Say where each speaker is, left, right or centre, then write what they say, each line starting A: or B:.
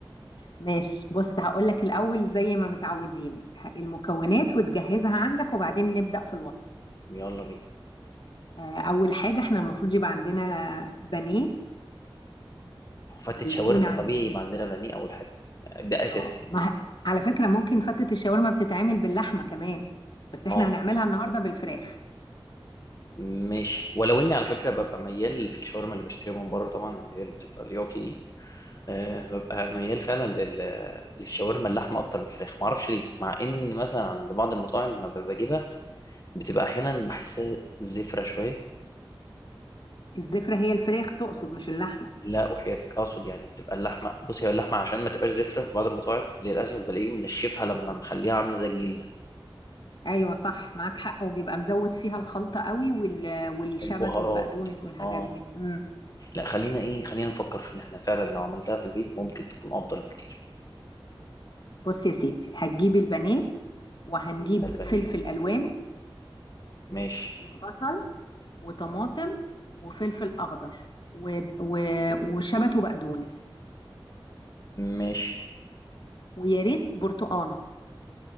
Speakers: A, on the left; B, on the left.
A: ماشي بص هقول لك الاول زي ما متعودين ه- المكونات وتجهزها عندك وبعدين نبدأ في الوصف
B: يلا بينا
A: آه اول حاجة احنا المفروض يبقى عندنا بانيه
B: فتت
A: ويكون
B: شاورما
A: عن
B: طبيعي يبقى عندنا بانيه اول حاجه ده اساسي
A: اه ما... ه- على فكرة ممكن فتة الشاورما بتتعمل باللحمة كمان بس احنا
B: اه
A: هنعملها النهاردة بالفراخ
B: ماشي ولو اني على فكره ببقى ميال في الشاورما اللي بشتريها من بره طبعا اللي هي اللي بتبقى الياكي دي أه ببقى ميال فعلا لل... للشاورما اللحمه اكتر من الفراخ معرفش ليه مع ان مثلا عند بعض المطاعم ما بجيبها بتبقى احيانا بحسها زفره شويه
A: الزفرة هي الفراخ تقصد مش اللحمة
B: لا وحياتك اقصد يعني بتبقى اللحمه بصي هي اللحمه عشان ما تبقاش زفره في بعض المطاعم للاسف بلاقيهم منشفها لما مخليها عامله زي الجلده
A: ايوه صح معاك حق وبيبقى مزود فيها الخلطه قوي وال... والشبت
B: البهارات
A: والبقدونس والحاجات
B: اه
A: دي امم
B: لا خلينا ايه خلينا نفكر في ان احنا فعلا لو عملتها في البيت ممكن تكون افضل بكتير
A: بص يا سيدي هتجيب البانيه وهنجيب
B: جبنا البانيه
A: فلفل الوان
B: ماشي
A: وبصل وطماطم وفلفل اخضر و... و... وشبت وبقدونس
B: ماشي
A: ويا ريت برتقانه